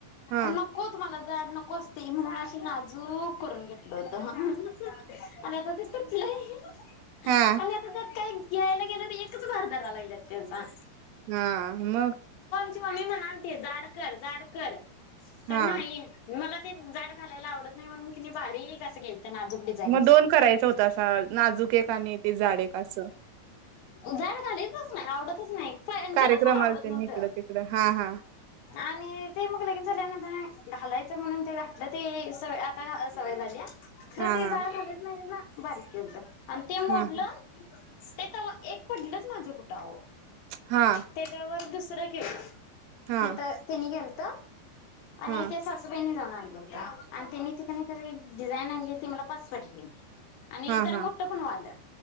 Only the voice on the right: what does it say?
हा
हा
हा मग
हा
मग दोन करायचा होता असा नाजूक एक आणि ते जाड एक असं
कार्यक्रमाला
ते
इकडं तिकडं हा हा
हा
हा
हा
हा
हा
हा
हा
हा